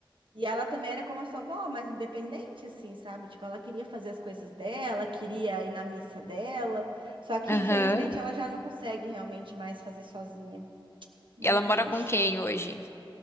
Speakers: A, on the right (about 65°); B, on the left (about 30°).
A: E ela também era como a sua avó, mas independente, assim, sabe? Tipo, ela queria fazer as coisas dela, queria ir na missa dela. Só que,
B: Aham.
A: infelizmente, ela já Uhum. não Uhum. consegue realmente mais fazer sozinha. Muito
B: E ela mora
A: triste.
B: com quem hoje?